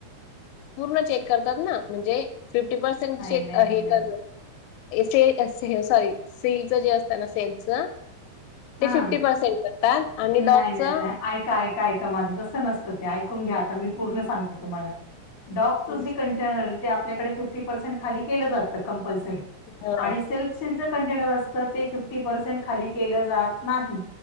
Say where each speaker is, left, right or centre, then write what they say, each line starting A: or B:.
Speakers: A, on the left; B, on the left.
A: पूर्ण चेक करतात ना, म्हणजे फिफ्टी पर्सेंट
B: नाही
A: चेक
B: नाही
A: हे
B: नाही नाही
A: करतात ऐ से से सॉरी सेलच जे असतं ना सेलच ते
B: हा
A: फिफ्टी पर्सेंट करतात आणि
B: नाही
A: डॉगच
B: नाही
A: हा
B: नाही नाही ऐका ऐका ऐका माझं तसं नसतं ते ऐकून घ्या, आता मी पूर्ण सांगते तुम्हाला. डॉकचं
A: नाही
B: जे कंटेनर आहे ते आपल्याकडे फिफ्टी पर्सेंट खाली केलं जातं कंपल्सरी
A: हा
B: आणि सेल्फ सील कंटेनर असत ते फिफ्टी पर्सेंट खाली केलं जात नाही,